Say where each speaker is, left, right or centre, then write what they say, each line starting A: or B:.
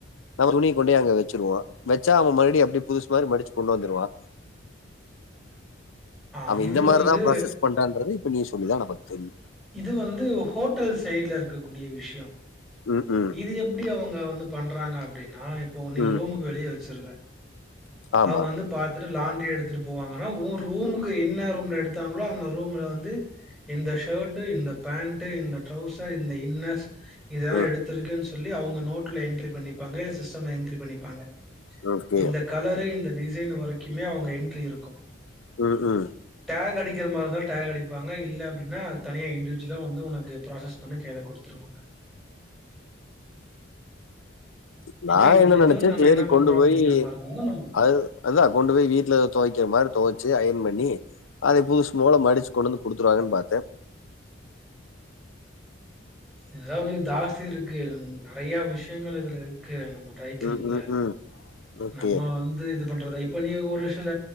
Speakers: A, on the left; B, in the centre.
A: நம்ம துணிய கொண்டே அங்க வச்சிருவோ வச்சா அவெ மறுபடி அப்டி புதுசுமாரி மடிச்சு கொண்டு வந்துருவா
B: ஆ
A: அவெ
B: இது
A: இந்த மாரிதா
B: வந்து
A: ப்ராசஸ் பண்றான்றது இப்ப நீ சொல்லிதா நமக்கு தெரியு
B: இது வந்து ஹோட்டல் சைட்ல இருக்கக்கூடிய விஷ்யோ
A: ம் ம்
B: இது எப்டி அவங்க வந்து பண்றாங்க அப்டினா இப்ப நீ
A: ம்
B: ரூமுக்கு வெளிய வச்சிருவெ
A: ஆமா
B: அவெ வந்து பாத் துட்டு லாண்ட்ரி எடுத்துட்டு போவாங்கன்னா உ ரூமுக்கு என்ன ரூம்ல எடுத்தாங்களோ அந்த ரூம்ல வந்து இந்த ஷர்ட்டு இந்த பேண்ட்டு இந்த ட்ரௌசர் இந்த இன்னர்ஸ் இதெல்லா
A: ம்
B: எடுத்து ருக்கேனு சொல்லி அவங்க நோட்ல என்ட்ரி பண்ணிப்பாங்க இல்ல சிஸ்டம்ல என்ட்ரீ பண்ணிப்பாங்க
A: ஓகே
B: இந்த கலரு இந்த டிசைன் வரைக்குமே அவங்க என்ட்ரி இருக்கு
A: ம் ஹூ
B: டாக் அடிக்கிற மாரி இருந்தா டேக் அடிப்பாங்க இல்ல அப்டினா தனியா இண்டிவிஜுவலா வந்து ஒனக்கு ப்ராசஸ் பண்ணி கய்ல குடுத்துருவாங்க
A: நா
B: இப்ப இது
A: என்ன
B: இது இது
A: நெனச்சே
B: வந்து நம்ம
A: செரி
B: என்ன பண்றோம்
A: கொண்டு போய்
B: அப்டிங்கிற மாரி இருந்ததுன்னா நம்ம
A: அது அதா கொண்டு போய் வீட்ல தொவக்கிற மாரி தொவச்சு அயன் பண்ணி அதே புதுசு போல மடிச்சு கொண்டு வந்து குடுத்துருவாங்கனு பாத்தே
B: எதா ஒன்னு தாஸி இருக்கு நெறையா விஷயங்கள் இதுல இருக்கு நம்ம ட்ரைக்ளீன்ல
A: ம் ம் ம் ஓகே
B: நம்ம வந்து இது பண்றதா இப்ப நீ ஒரு சில